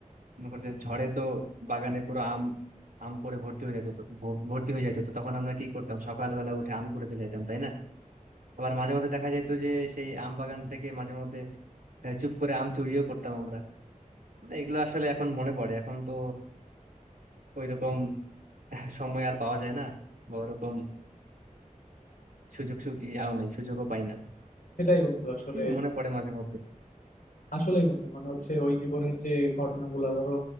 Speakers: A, on the right (about 80°); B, on the left (about 80°).
A: মনে করো যে ঝড়ে তো বাগানে পুরো আম আম পড়ে ভর্তি হয়ে যেত তো ভ- ভর্তি হয়ে যেত তো তখন আমরা কি করতাম সকালবেলা উঠে আম কুড়াতে যাইতাম তাই না আবার মাঝে মধ্যে দেখা যেত যে সেই আম বাগান থেকে মাঝে মধ্যে আহ, চুপ করে আম চুরিও করতাম আমরা মানে এগুলো আসলে এখন মনে পড়ে এখন তো ওইরকম সময় আর পাওয়া যায় না বা ওরকম সুযোগ সু- ইয়াও নাই সুযোগও পাই না
B: সেটাই বন্ধু আসলে
A: এগুলো মনে পড়ে মাঝে মধ্যে
B: আসলেই বন্ধু মানে হচ্ছে ওই জীবনের যে ঘটনাগুলো ধরো